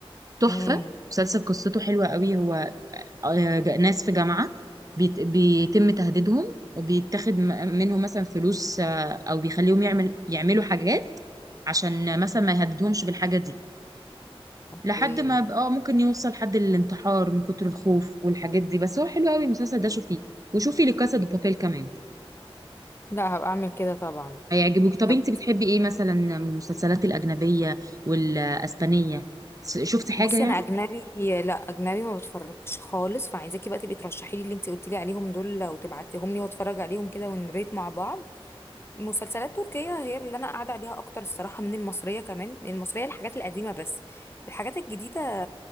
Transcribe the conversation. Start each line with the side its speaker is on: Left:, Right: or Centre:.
Right: تحفه
Left: امم
Right: مسلسل قصته حلوه قوي هو آه، ج- ناس في جامعه بيت- بيتم تهديدهم وبيتاخد م- منهم مثلا فلوس آه، او بيخليهم يعمل يعملوا حاجات عشان مثلا ما يهددهمش بالحاجه دي
Left: اوكي
Right: لحد ما ب- اه ممكن يوصل حد للانتحار من كتر الخوف والحاجات دي بس هو حلو قوي المسلسل ده شوفيه وشوفي لكاسا دي بابيل كمان
Left: لا هبقى اعمل كده طبعا
Right: هيعجبوك طب
Left: طب
Right: انت بتحبي ايه مثلا من المسلسلات الاجنبيه والاسبانيه س- شفتي حاجه
Left: بصي
Right: يعني
Left: انا اجنبي لا اجنبي ما بتفرجش خالص فعايزاكي بقى تبقي ترشحي لي اللي انت قلتي لي عليهم دول وتبعتيهم لي واتفرج عليهم كده ونريت مع بعض المسلسلات التركية هي اللي أنا قاعدة عليها أكتر الصراحة من المصرية كمان المصرية الحاجات القديمة بس الحاجات الجديدة